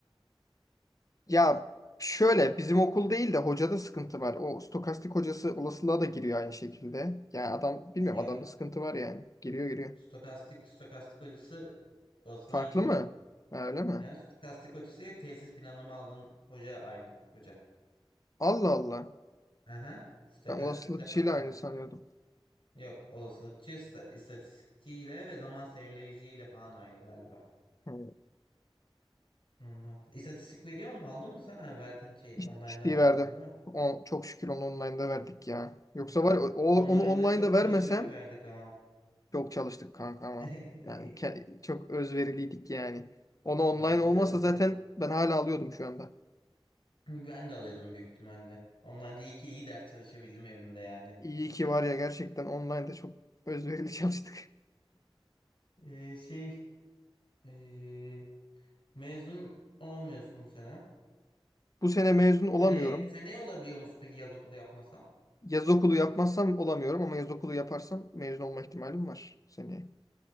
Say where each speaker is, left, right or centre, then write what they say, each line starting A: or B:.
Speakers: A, on the left; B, on the left.
A: Ya şöyle bizim okul değil de hocada sıkıntı var. O stokastik hocası olasılığa da giriyor aynı şekilde. Yani adam bilmiyorum
B: Yok.
A: adamda sıkıntı var yani. Giriyor giriyor.
B: Stokastik, stokastik hocası bozluğa
A: Farklı
B: girmiyor.
A: mı? Ha, Öyle mi?
B: He, stokastik hocası ile tesis planlama aldığın hoca aynı hoca.
A: Allah Allah.
B: Aha, stokastikle
A: Ben olasılıkçıyla
B: farklı.
A: aynı sanıyordum.
B: Yok, olasılıkçı ista- istatistikçiyle ve zaman serileyiciyle falan aynı galiba.
A: Hı.
B: Ondan. İstatistik veriyor mu? Aldın mı sen? Ha, verdin şey
A: İstatistiği
B: online'da vermiştin
A: verdim.
B: değil mi?
A: O, çok şükür onu online'da verdik ya. Yoksa
B: Hı.
A: var ya, o,
B: Online'da
A: onu online'da
B: çok
A: vermesem
B: çalışarak verdik ama.
A: Çok çalıştık kanka ama.
B: <laughs>
A: Yani ke- çok özveriliydik yani. Onu online
B: Bence
A: olmasa
B: de öyle.
A: zaten ben hala alıyordum şu anda.
B: Ben de alıyordum büyük ihtimalle. Online'da iyi ki iyi ders çalışabildim evimde yani.
A: İyi ki
B: <laughs>
A: var ya gerçekten online'da çok özverili <laughs> çalıştık.
B: Ee, şey Ee, mezun olamıyorsun bu sene.
A: Bu sene mezun olamıyorum.
B: Seneye, seneye olabiliyor musun peki yaz okulu yapmasan?
A: Yaz okulu yapmazsam olamıyorum ama yaz okulu yaparsam mezun olma ihtimalim var seneye.